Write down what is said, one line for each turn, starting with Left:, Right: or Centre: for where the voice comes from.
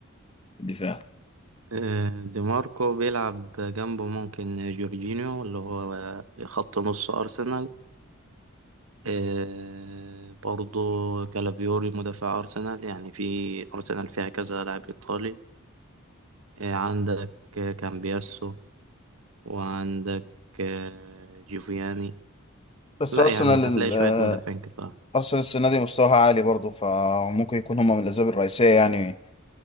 Left: في الدفاع
Right: آه، دي ماركو بيلعب جنبه ممكن جورجينيو اللي هو خط نص أرسنال آه، برضو كالافيوري مدافع أرسنال يعني في أرسنال فيها كذا لاعب إيطالي آه، عندك كامبياسو وعندك آه، جيفياني
Left: بس
Right: لا
Left: ارسنال
Right: يعني
Left: ال-
Right: هتلاقي
Left: آه،
Right: شوية مدافعين كتار
Left: ارسنال السنه دي مستواها عالي برضه فممكن يكون هما من الاسباب الرئيسيه يعني